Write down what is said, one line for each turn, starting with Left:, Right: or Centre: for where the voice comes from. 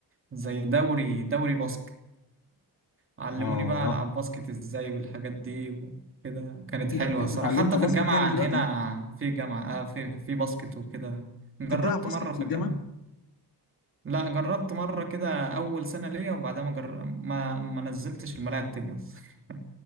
Right: زي دوري دوري باسكت علموني
Left: آه
Right: بقى ألعب باسكت إزاي والحاجات دي وكده كانت حلوة
Left: إيه ده؟ أنت
Right: الصراحة
Left: اتعلمت
Right: حتى
Left: باسكت
Right: في الجامعة
Left: يعني دلوقتي؟
Right: هنا في جامعة آه في في باسكت وكده جربت
Left: أنت بتلعب باسكت
Right: مرة في
Left: في الجامعة؟
Right: الجامعة لا جربت مرة كده أول سنة ليا وبعدها ما, جر... ما ما نزلتش الملاعب تاني أصلا <laughs>